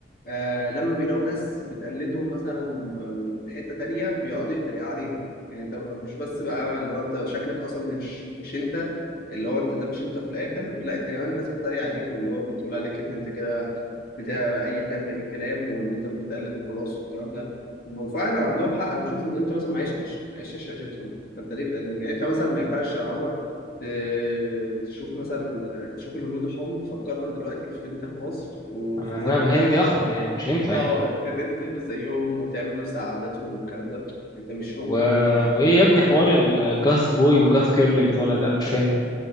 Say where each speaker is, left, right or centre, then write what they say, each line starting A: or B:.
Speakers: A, on the left; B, on the left.
A: آه لما بيلاقوا ناس بتقلدهم مثلا آم، في حتة تانية بيقعدوا يتريقوا عليهم يعني انت مش بس بقى اللي هو انت شكلك اصلا مش مش انت اللي هو انت ده مش انت في الاخر لا انت كمان الناس بتتريق عليك واللي هو بتقول عليك ان انت كده بتاع اي بتعمل اي كلام وان انت بتقلد وخلاص والكلام ده وفعلا عندهم حق انا بشوف ان انت مثلا ما عشتش ما عشتش عيشتهم فانت ليه بتقلدهم يعني انت مثلا ما ينفعش يا عمر ت- تشوف مثلا تشوف الهنود الحمر فتقرر دلوقتي في انت في مصر وفي
B: انا
A: الزمن
B: انا
A: ده
B: هندي احمر يعني مش هينفع
A: اه
B: يعني
A: ان انت تلبس زيهم وتعمل نفس عاداتهم والكلام ده انت مش هم
B: و...
A: فاهم
B: وايه يا ابني حوار الجاث بوي وجاث كيرلي اللي طالع ده انا مش فاهم